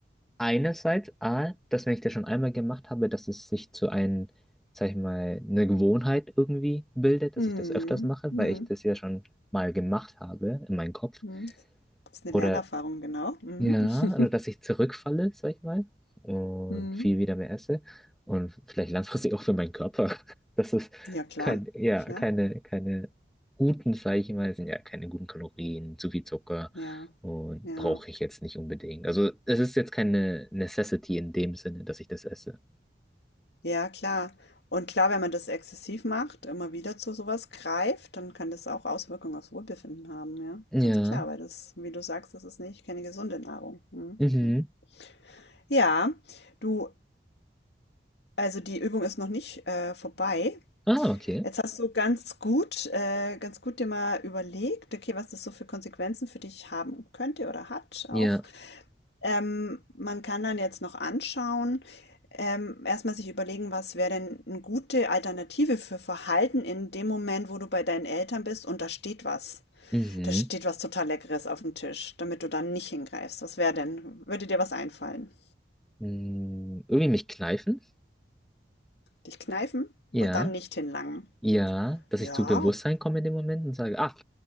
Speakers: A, in the centre; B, on the left.
A: Einerseits, A, dass wenn ich das schon einmal gemacht habe, dass es sich zu einem, sag ich mal, eine Gewohnheit irgendwie bildet,
B: Hm.
A: dass ich das öfters mache,
B: Hm.
A: weil ich das ja schon mal gemacht habe in meinem Kopf.
B: Hm. Das ist
A: Oder
B: eine Lernerfahrung, genau. Mhm.
A: ja,
B: <laughs>
A: oder dass ich zurückfalle, sag ich mal, und
B: Hm.
A: viel wieder mehr esse und vielleicht langfristig auch für meinen Körper. <laughs> Das ist
B: Ja, klar,
A: kein, ja,
B: klar.
A: keine, keine guten, sag ich mal, sind ja keine guten Kalorien, zu viel Zucker
B: Ja,
A: und
B: ja.
A: brauche ich jetzt nicht unbedingt. Also es ist jetzt keine Necessity in dem Sinne, dass ich das esse.
B: Ja, klar. Und klar, wenn man das exzessiv macht, immer wieder zu sowas greift, dann kann das auch Auswirkungen aufs Wohlbefinden haben, ja.
A: Ja,
B: Ganz klar, weil das, wie du sagst, das ist nicht keine gesunde Nahrung. Mhm.
A: mhm.
B: mhm. Ja, du, also die Übung ist noch nicht äh, vorbei.
A: Ah, okay.
B: Jetzt hast du ganz gut, äh, ganz gut dir mal überlegt, okay, was das so für Konsequenzen für dich haben könnte oder hat
A: Ja,
B: auch. Ähm, man kann dann jetzt noch anschauen, ähm, erstmal sich überlegen, was wäre denn eine gute Alternative für Verhalten in dem Moment, wo du bei deinen Eltern bist und da steht was.
A: mhm.
B: Da steht was total Leckeres auf dem Tisch, damit du dann nicht hingreifst. Was wäre denn? Würde dir was einfallen?
A: Mm, Irgendwie mich kneifen?
B: Dich kneifen und
A: Ja.
B: dann nicht hinlangen.
A: Ja, dass
B: Ja,
A: ich zu Bewusstsein komme in dem Moment und sage, ach,